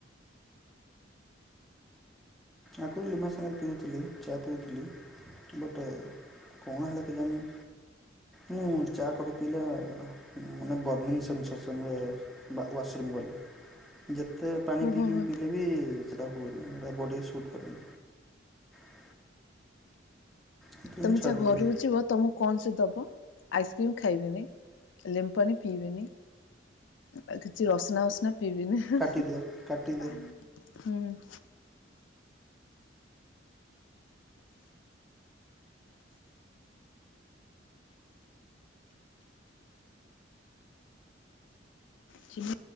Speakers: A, in the centre; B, on the left.
A: ଆଗରୁ ଲିମା ସାଙ୍ଗରେ ପିଉଥିଲି ଚା ପିଉଥିଲି ବଟ କଣ ହେଲା କେ ଜାଣି ମୁଁ ଚା କଫି ପିଇଲା ମାନେ ବର୍ଣିଂନ୍ସସ ହୁଏ <unintelligible> ହୁଏ ୱା ୱାଶରୁମ୍ ଗଲେ। ଏତେ ପାଣି
B: ଓହୋ
A: ପିଇକି ବି ପିଇଲେ ବି ସେଇଟା ହୁଏନି ବ। <unintelligible> କ। <inaudible> ସେଥିପାଇଁ
B: ତମେ
A: ମୁଁ ଛାଡ଼ିଦେଲି
B: ଯାହା ଘରକୁ ଯିବ ତମକୁ କଣ ସେ ଦବ? ଆଇସ୍କ୍ରିମ ଖାଇବେନି ଲେମ୍ବୁ ପାଣି ପିଇବେନି ଆଉ କିଛି ରସନାଵସନା ପିବିନି ହାଁ
A: କାଟିଦିଅ
B: ହାଁ
A: କାଟିଦିଅ।
B: ପାଣି ହଁ। ଚିନି